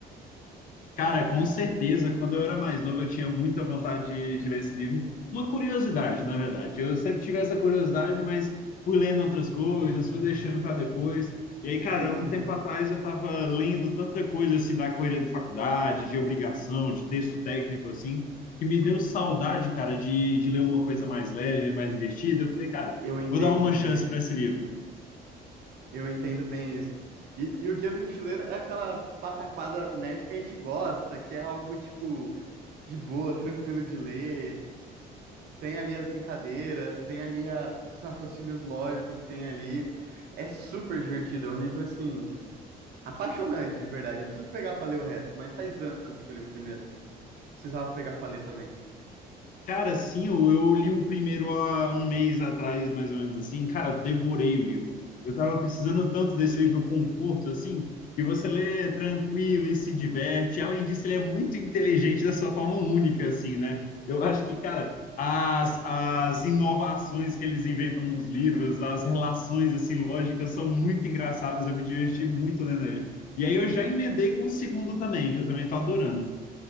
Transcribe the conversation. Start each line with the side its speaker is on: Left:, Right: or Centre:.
Left: Cara, com certeza, quando eu era mais novo, eu tinha muita vontade de, de ler esse livro. Uma curiosidade, na verdade. Eu sempre tive essa curiosidade, mas fui lendo outras coisas, fui deixando para depois. E aí, cara,
Right: Uhum.
Left: um tempo atrás eu estava lendo tanta coisa assim da correria da faculdade, de obrigação, de texto técnico assim, que me deu saudade, cara, de, de ler uma coisa mais leve, mais divertida. Eu falei, cara,
Right: Eu entendo
Left: vou dar uma
Right: como
Left: chance
Right: é isso.
Left: para esse livro.
Right: Eu entendo bem isso. E, e o Guia do Mochileiro é aquela pataquada nerd que a gente gosta, que é algo, tipo, de boa, tranquilo de ler. Tem ali as brincadeiras, tem ali a- os raciocínios lógicos que tem ali. É super divertido, é um livro, assim, Apaixonante, de verdade. Eu preciso pegar pra ler o resto, mas faz anos que eu li o primeiro. Precisava pegar pra ler também.
Left: Cara, sim, eu, eu li o primeiro há um mês atrás, mais ou menos assim. Cara, devorei o livro. Eu tava precisando tanto desse livro conforto, assim, que você lê tranquilo e se diverte. Além disso, ele é muito inteligente da sua forma única, assim, né? Eu acho que, cara, as, as inovações que eles inventam nos livros, as relações, assim, lógicas são muito engraçadas. Eu me diverti muito lendo ele. E aí eu já emendei com o segundo também, que eu também tô adorando.